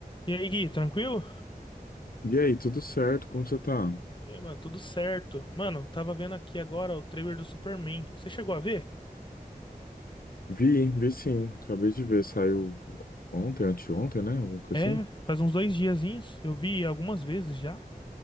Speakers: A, on the left (about 30°); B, on the left (about 70°).
A: E aí, Gui, tranquilo?
B: E aí, tudo certo? Como você tá?
A: E aí, mano, tudo certo. Mano, tava vendo aqui agora o trailer do Superman. Você chegou a ver?
B: Vi, vi sim. Acabei de ver, saiu ontem, anteontem, né? Alguma coisa
A: É,
B: assim.
A: faz uns dois diazinhos. Eu vi algumas vezes já.